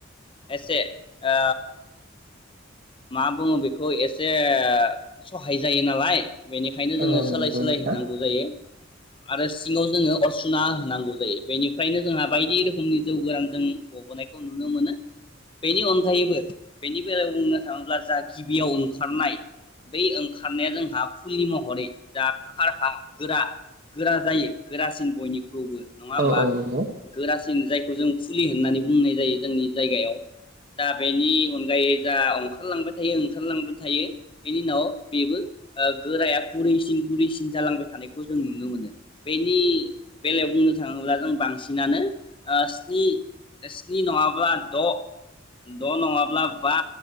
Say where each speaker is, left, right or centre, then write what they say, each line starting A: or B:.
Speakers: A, on the left (about 25°); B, on the right (about 45°).
A: एसे ओ मा बुङो बेखौ एसे सहाय जायो नालाय बेनिखायनो जोङो
B: औ औ
A: सोलाय
B: नंगौ
A: सोलाय
B: नोंथां
A: होनांगौ जायो आरो सिङाव जोङो अरसुना होनांगौ जायो बेनिफ्रायनो जोंहा बायदि रोखोमनि जौ गोरान जों गबोनायखौ नुनो मोनो बेनि अनगायैबो बेनि बेलायाव बुंनो थाङोब्ला जा गिबियाव ओंखारनाय बै ओंखारनाया जोंहा फुलि महरै जा खारहा गोरा गोरा जायो गोरासिन बयनिख्रुइबो नङा
B: औ
A: होमबा
B: औ नंगौ
A: गोरासि जायखौ जों फुलि होननानै बुंनाय जायो जोंनि जायगायाव दा बेनि अनगायै जा ओंखारलांबाय थायो ओंखारलांबाय थायो बेनि उनाव बेबो गोराया गुरैसिन गुरैसिन जालांबाय थानायखौ जों नुनो मोनो बेनि बेलायाव बुंनो बुंनो थाङोब्ला जों बांसिनानो ओ स्नि स्नि नङाब्ला द' द' नङाब्ला बा